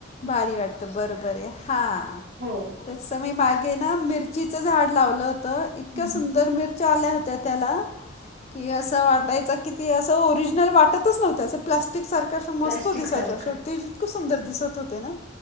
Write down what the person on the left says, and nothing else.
भारी वाटतं बरोबर ऐ, हां
तसं मी मागे ना मिर चिचं झाड लावलं होतं. इतक्या
सुंदर मिरच्या आल्या होत्या त्याला कि असं वाट च किती असं ओरिजिनल वाटतच नव्हतं, असं प्लास्टिक सारखं असं मस्त
दिसायच्या
इतकं सुंदर दिसत होते ना,